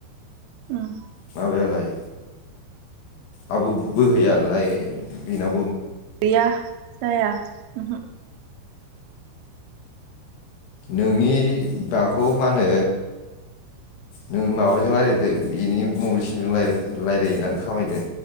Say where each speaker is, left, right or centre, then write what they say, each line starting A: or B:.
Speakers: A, on the right; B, on the left.
A: उम
B: माबायालाय आब' बोहैयाालाय बिनाव
A: गोया जाया उमहु
B: नोंनि दाखौ मा होनो नों माबाजों रायज्लायददों बेनि मबाइलसिमजों राय रायज्लायो होननानै खामायदों